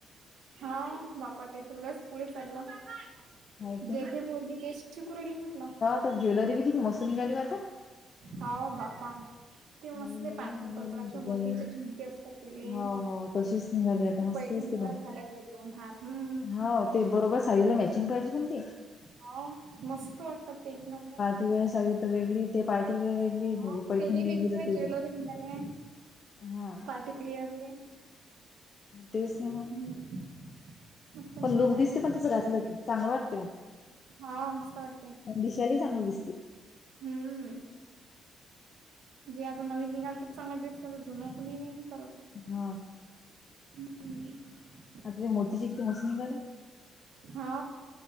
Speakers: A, on the right; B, on the left.
A: हा वापरते ते लयचं पुढे चाललं
B: माहिती
A: जे ते पोरगी तेच चिकुरली म्हटलं.
B: त्यात ज्वेलरी किती मस्त निघाली ओ आता.
A: हाव बापा. ते मस्ले
B: नवीन नवीन
A: पांढऱ्या
B: निघाली
A: कलरच्या
B: डिझाईन
A: मोतीचे झुमके असतात त्याले.
B: हो
A: ते
B: हो तशीच निघाली आता मस्त
A: पैठणीवर
B: दिसते पण
A: घालायले दोन हार हम्म.
B: हा ते बरोबर साडीला मॅचिंग पाहिजे पण ते
A: हो मस्त वाटतात ते एक नंबर
B: ती वेळ साडी तर वेगळी, ते पार्टी वेअर वेगळी.
A: हा
B: पैठणी
A: पिरी
B: वेगळी
A: वेगवेगळे
B: तर ते
A: ज्वेलरी म्हणाले.
B: हा
A: पार्टी वेअरली
B: तेच ना
A: हम्म.
B: मग
A: मस्त निघाले
B: पण लुक
A: आता
B: दिसते का तसं घातलं की, चांगलं वाटतं ओ.
A: हा मस्त वाटतंय.
B: पण दिसाय लय चांगली दिसती.
A: हम्म. जे आता नवीन निघालते चांगलं दिसते तर जुनं कुणी नई हे करत
B: हा.
A: <inaudible>
B: आता ते मोतीचे किती मस्त निघाले.
A: हा